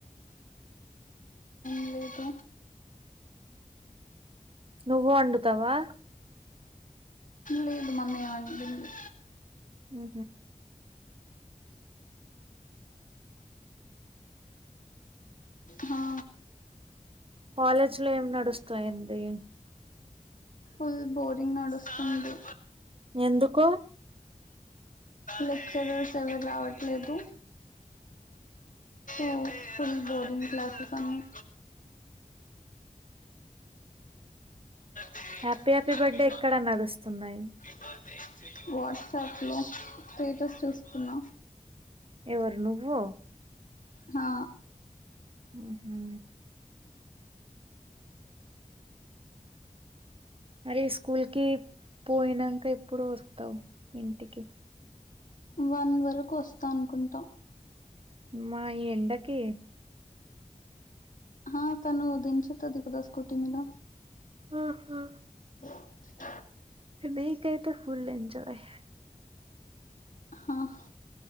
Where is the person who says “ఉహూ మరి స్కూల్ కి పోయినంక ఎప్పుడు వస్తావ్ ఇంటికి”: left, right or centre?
Right